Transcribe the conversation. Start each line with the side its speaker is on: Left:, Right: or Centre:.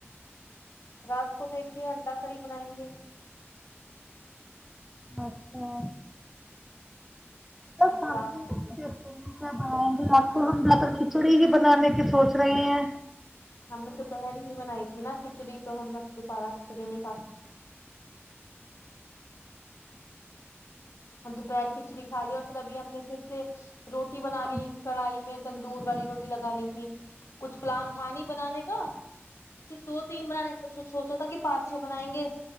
Left: رات کو دیکھیے انڈا کڑی بنائیں گے
Centre: اچھا
Left: جی
Centre: بس ہم
Left: آپ
Centre: بھی
Left: نے
Centre: دیکھتے ہیں کیا بنائیں گے آپ کو ہم زیاد تر کھچڑی ہی بنانے کی سوچ رہے ہیں
Left: ہم نے دوپہر ہی بنائی تھی نا کھچ کھچڑی تو ہم دوبارہ کھچڑی نہیں کھا سکتے اور دوپہر کھچریی کا لیا اور پھر ابھی ہم نے پھر سے روٹی بنا لی
Centre: کو
Left: کڑھائی میں تندور والی روٹی لگا لی تھی کچھ پلان تھا نہیں بنانے کا دو تین برا نے پچھ سوچوا کہ پانچ چھے بنائیں گے